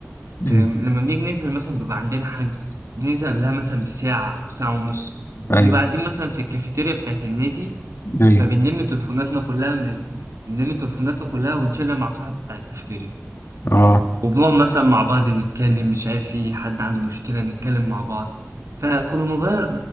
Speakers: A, on the left (about 55°); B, on the right (about 80°).
A: مم.
B: آه لما بنيجي ننزل مثلا بيبقى عندنا حجز بننزل قبلها مثلا بساعة أو ساعة ونص
A: ايوه
B: بنبقى قاعدين مثلا في الكافيتيريا بتاعت النادي
A: ايوه
B: فبنلم تليفوناتنا كلها من- بنلم تليفوناتنا كلها ونشيلها مع صاحب بتاع الكافيتيريا
A: اه
B: وبنقعد مثلا مع بعض نتكلم مش عارف إيه حد عنده مشكلة نتكلم مع بعض فكنا بنغير